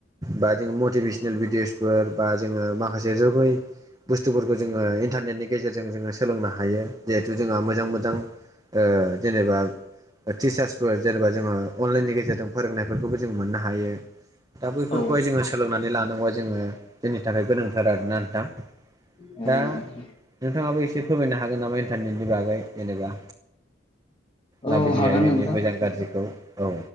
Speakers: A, on the right; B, on the left.
A: बा जोङो मटिभेसनेल भिडिअ'सफोर बा जोङो माखासे जोबै- बुस्थुफोरखौ जोङो इन्टारनेटनि गेजेरजों जोङो सोलोंनो हायो। जिहेथु जोंहा मोजां-मोजां ओ जेनेबा टिचार्सफोर जेनेबा जोङो अनलाइननि गेजेरजों फोरोंनायफोरखौबो जों मोननो हायो। दा बैफोरखौहाय
B: औ
A: जोङो सोलोंनानै लानांगौआ जोङो जोंनि थाखाय गोनांथार आरोना ना नोंथां।
B: औ नोंथां।
A: दा नोंथाङाबो एसे फोरमायनो हागोन नामा इन्टारनेटनि बागै जेनेबा।
B: औ
A: माबायदिहाय
B: हागोन
A: बिनि
B: नोंथां
A: मोजां गाज्रिखौ औ।